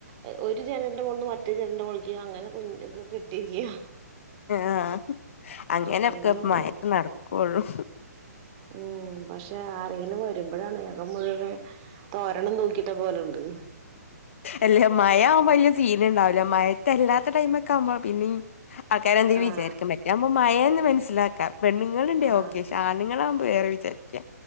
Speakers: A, on the right; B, on the left.
A: എ ഒരു ജനലിന്റെ മോളിന്ന് മറ്റെ ജനലിന്റെ മോളിക്ക് അങ്ങനെ കു ഒക്കെ കെട്ടിയിരിക്കയ
B: ആഹ്, അങ്ങനൊക്കെ
A: ഇത് ഒണങ്ങി
B: മയേത്ത്
A: കിട്ടാൻ
B: നടക്കൊള്ളു.
A: ഉം, പക്ഷെ ആരെങ്കിലും വരുമ്പോഴാണ് അകം മുഴുവൻ തോരണം തൂക്കിട്ട പോലെണ്ട്.
B: അല്ലെ മയ ആവുമ്പോ വലിയ സീന് ഉണ്ടാവുല, മയത്ത് അല്ലാത്ത ടൈമ് ഒക്കെ ആവുമ്പോ പിന്നിം ആൾകാര് എന്തേ
A: ആഹ്
B: വിചാരിക്കും മറ്റേ ആവുമ്പോ മയാന്ന് മനസ്സിലാക്ക, പെണ്ണുങ്ങളുണ്ടെ
A: ആഹ്
B: ഓക്കെ ക്ഷെ ആണുങ്ങളാവുമ്പോ വേറെ വിചാരിക്ക